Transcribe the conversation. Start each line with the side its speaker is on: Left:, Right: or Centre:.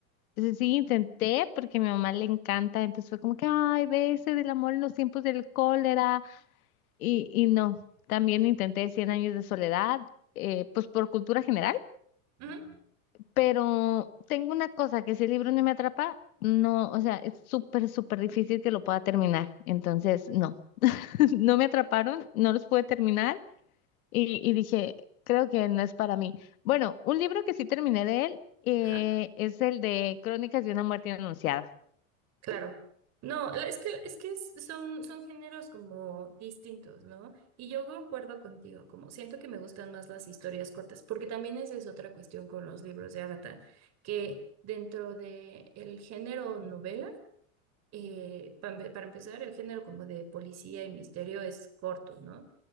Left: Entonces sí, intenté porque a mi mamá le encanta, entonces fue como que, ay, ves, el amor en los tiempos del cólera. Y, y no, también intenté cien años de soledad, eh, pues por cultura general,
Right: Ujú.
Left: pero tengo una cosa, que si el libro no me atrapa, no, o sea, es súper, súper difícil que lo pueda terminar. Entonces, no, <laughs> no me atraparon, no los pude terminar y, y dije, creo que no es para mí. Bueno, un libro que sí terminé de él eh,
Right: Ajá,
Left: es el de Crónicas de una muerte anunciada.
Right: claro. No, la- es que, es que es- son, son géneros como distintos, ¿no? Y yo concuerdo contigo, como siento que me gustan más las historias cortas, porque también esa es otra cuestión con los libros de Agatha, que dentro de el género novela, eh, pa- para empezar, el género como de policía y misterio es corto, ¿no?